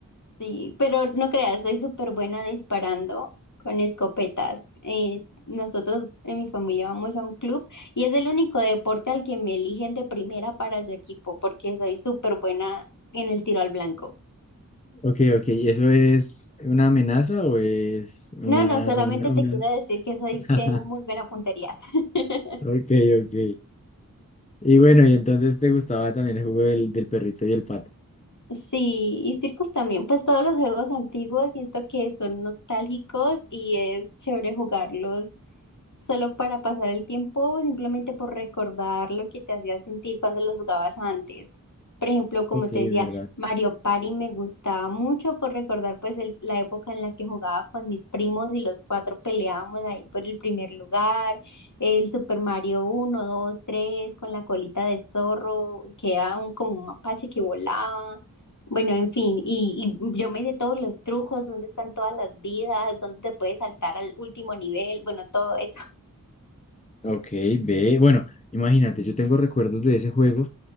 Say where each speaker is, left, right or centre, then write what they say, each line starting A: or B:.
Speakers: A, on the left; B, on the left.
A: Sí, pero no creas, soy súper buena disparando con escopetas. Eh, nosotros en mi familia vamos a un club y es el único deporte al que me eligen de primera para su equipo porque soy súper buena en el tiro al blanco.
B: Ok, ok. ¿Y eso es una amenaza o es una,
A: No, no, solamente
B: una,
A: te
B: una?
A: quiero decir que soy,
B: <laughs>
A: tengo muy buena puntería. <laughs>
B: Ok, ok. Y bueno, y entonces te gustaba también el juego del, del perrito y el pato.
A: Sí, y circos también, pues todos los juegos antiguos siento que son nostálgicos y es chévere jugarlos ¿Solo para pasar el tiempo o simplemente por recordar lo que te hacía sentir cuando los jugabas antes? Por ejemplo, como
B: Ok,
A: te
B: es
A: decía,
B: verdad.
A: Mario Party me gustaba mucho por recordar pues el- la época en la que jugaba con mis primos y los cuatro peleábamos ahí por el primer lugar, el Super Mario uno, dos, tres con la colita de zorro, que era un, como un mapache que volaba. Bueno, en fin, y, y yo me sé todos los trucos, dónde están todas las vidas, dónde te puedes saltar al último nivel, bueno, todo eso.
B: Ok, ve. Bueno, imagínate, yo tengo recuerdos de ese juego.